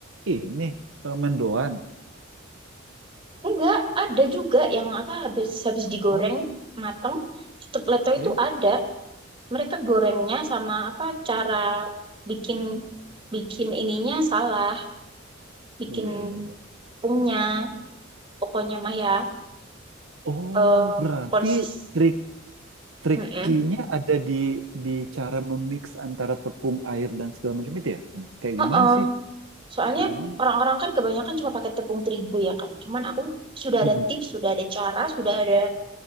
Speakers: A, on the right; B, on the right.
A: ini eh, mendoan.
B: Enggak, ada juga yang apa habis habis digoreng
A: Oh,
B: mateng tetep letoy
A: ya.
B: itu ada. Mereka gorengnya sama apa cara bikin bikin ininya salah, bikin
A: Iya, benar.
B: tepungnya pokoknya mah ya
A: Oh,
B: eh
A: berarti
B: konsis
A: trik trikinya
B: Mm-mm.
A: ada di di cara memix antara tepung air dan segala macam itu ya? Ama? Kayak
B: Heeh.
A: gimana sih?
B: Soalnya
A: Kayak gimana?
B: orang-orang kan kebanyakan cuma pakai tepung terigu ya kan cuman aku sudah
A: Mhm.
B: ada tips sudah ada cara sudah ada